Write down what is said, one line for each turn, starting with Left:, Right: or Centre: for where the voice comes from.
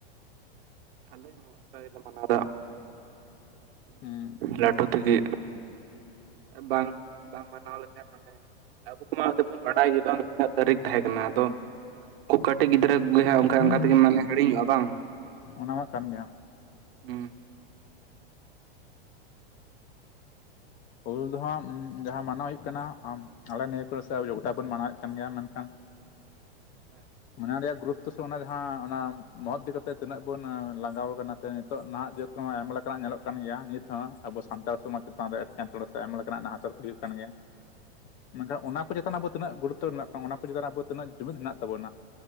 Right: ᱟᱞᱮ ᱦᱚᱸ ᱚᱝᱠᱟ ᱜᱮᱞᱮ ᱢᱟᱱᱟᱣ ᱫᱟ
Left: ᱦᱩᱸ
Right: ᱞᱟᱹᱴᱩ ᱛᱤᱜᱤ᱾ ᱵᱟᱝ ᱵᱟᱝ ᱢᱟᱱᱟᱣ ᱞᱮᱠᱷᱟᱱ ᱢᱟᱱᱮ ᱟᱵᱩ ᱠᱚᱢᱟ, ᱡᱚᱛᱚ ᱠᱚᱵᱩᱝ ᱵᱟᱰᱟᱭ ᱜᱮ ᱵᱟᱝ ᱤᱱᱟᱹᱜ ᱛᱟᱹᱨᱤᱠᱷ ᱛᱟᱦᱮᱸ ᱠᱟᱱᱟ᱾ᱟᱫᱚ ᱩᱱᱠᱩ ᱠᱟᱹᱴᱤᱜ ᱜᱤᱫᱽᱨᱟᱹ ᱠᱚᱜᱮ ᱦᱟᱸᱜ, ᱚᱱᱠᱟ
Left: ᱦᱩᱸ
Right: ᱚᱱᱠᱟ ᱛᱮᱜᱮᱢ
Left: ᱦᱩᱸ ᱦᱩᱸ
Right: ᱢᱟᱱᱮ ᱦᱤᱲᱤᱧᱚᱜᱼᱟ ᱵᱟᱝ
Left: ᱚᱱᱟ ᱢᱟ ᱠᱟᱱ ᱜᱮ ᱦᱟᱸᱜ
Right: ᱾ᱦᱩᱸ,
Left: ᱦᱩᱞ ᱫᱚ ᱦᱟᱸᱜ ᱡᱟᱦᱟᱸ ᱢᱟᱱᱟᱣ ᱦᱩᱭᱩᱜ ᱠᱟᱱᱟ ᱟᱢ ᱟᱞᱮ ᱱᱤᱭᱟᱹ ᱠᱚᱨᱮ ᱥᱮ ᱜᱚᱴᱟ ᱵᱚᱱ ᱢᱟᱱᱟᱣᱮᱫ ᱠᱟᱱ ᱜᱮᱭᱟ᱾ ᱢᱮᱱᱠᱷᱟᱱ
Right: ᱦᱮᱸ
Left: ᱚᱱᱟ ᱨᱮᱭᱟᱜ ᱜᱩᱨᱩᱛᱛᱚ ᱥᱮ ᱚᱱᱟ ᱡᱟᱦᱟᱸ ᱚᱱᱟ ᱢᱚᱦᱚᱛ ᱮᱫᱤ ᱠᱟᱛᱮ ᱛᱤᱱᱟᱹᱜ ᱵᱚᱱ ᱞᱟᱸᱟᱜᱟᱣ ᱠᱟᱱᱟ ᱥᱮ, ᱱᱤᱛᱚᱜ ᱱᱟᱦᱟᱜ ᱡᱩᱜᱽᱦ ᱟᱭᱢᱟ ᱞᱮᱠᱟᱱᱟᱜ ᱧᱮᱞᱚᱜ ᱠᱟᱱ ᱜᱮᱭᱟ᱾ ᱱᱤᱛ ᱦᱚᱸ ᱟᱵᱚ ᱥᱟᱱᱛᱟᱲ ᱥᱚᱢᱟᱡᱽ ᱪᱮᱛᱟᱱ ᱨᱮ ᱮᱴᱠᱮᱴᱚᱬᱮ ᱥᱮ ᱟᱭᱢᱟ ᱞᱮᱠᱟᱱᱟᱜ ᱱᱟᱦᱟᱪᱟᱨ, ᱠᱚ ᱦᱩᱭᱩᱜ ᱠᱟᱱ ᱜᱮᱭᱟ᱾ ᱢᱮᱱᱠᱷᱟᱱ ᱚᱱᱟ ᱪᱮᱛᱟᱱ ᱟᱵᱚ ᱛᱤᱱᱟᱹᱜ ᱜᱩᱨᱩᱛᱚ ᱢᱮᱱᱟᱜ ᱠᱚ ᱚᱱᱟ ᱠᱚ ᱪᱮᱛᱟᱱ ᱟᱵᱚ ᱛᱤᱱᱟᱹᱜ ᱡᱩᱢᱤᱫ ᱢᱮᱱᱟᱜ ᱛᱟᱵᱚᱱᱟ᱾